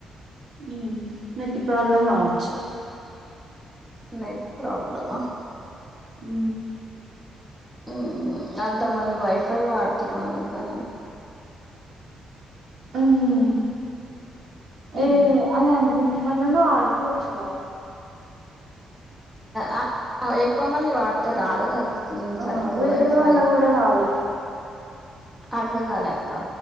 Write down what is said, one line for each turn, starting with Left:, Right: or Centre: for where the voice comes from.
Right: ఉమ్ నెట్ ప్రాబ్లం కావచ్చు
Centre: నెట్ ప్రాబ్లమా
Right: ఉమ్
Centre: ఉ అంతమంది వైఫై వాడుతున్నారు అందుకనే
Right: ఉమ్ ఏ
Centre: ఉమ్.
Right: అదే మన్ననో ఆడుకోవచ్చుగా
Centre: ఆ ఎక్కువ మంది వాడితే రాదు కదా
Right: ఆ
Centre: సరిగ్గా
Right: వెదర్
Centre: వైఫై
Right: వల్ల కూడా రాదు
Centre: అర్ధంగాలా అక్క